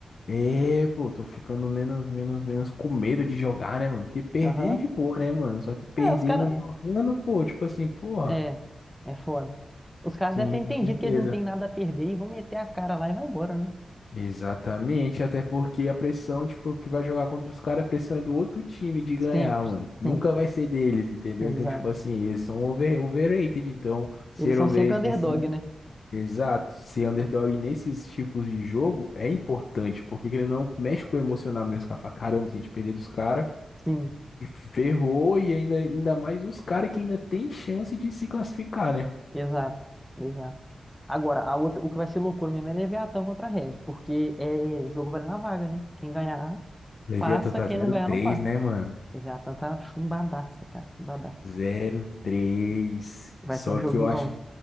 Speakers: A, on the left; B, in the centre.
A: É, pô, tô ficando menos, menos, menos com medo de jogar, né, mano? Porque perder
B: Aham.
A: é de boa, né, mano? Só que perder
B: É, os caras.
A: não jogando, pô, tipo assim, porra.
B: É, é foda. Os caras
A: Sim,
B: devem ter
A: com
B: entendido
A: certeza.
B: que eles não têm nada a perder e vão meter a cara lá e vai embora, né?
A: Exatamente, até porque a pressão, tipo, que vai jogar contra os caras, a pressão é do outro time de ganhar,
B: Sempre,
A: mano.
B: sempre.
A: Nunca vai ser deles, entendeu?
B: Exato.
A: Então, tipo assim, eles são over, overrated, então, ser
B: Eles são
A: overrated
B: sempre underdog,
A: nesses. um,
B: né?
A: Exato, ser underdog nesses tipos de jogo é importante, porque ele não mexe com o emocional mesmo, cara. Fala, Caramba, se a gente perder dos caras.
B: Sim,
A: E ferrou e ainda, ainda mais os caras que ainda tem chance de se classificar, né?
B: exato, exato. Agora, a outra, o que vai ser loucura mesmo é Leviatã contra a Red, porque é jogo vale na vaga, né? Quem ganhar
A: Levei
B: Passa,
A: a tanta
B: quem
A: zero
B: não ganhar
A: três,
B: não passa.
A: né, mano?
B: Já a tanta chumbadaça, cara, chumbadaça.
A: Zero três.
B: Vai
A: Só
B: ser um joguinho
A: que eu acho.
B: bom.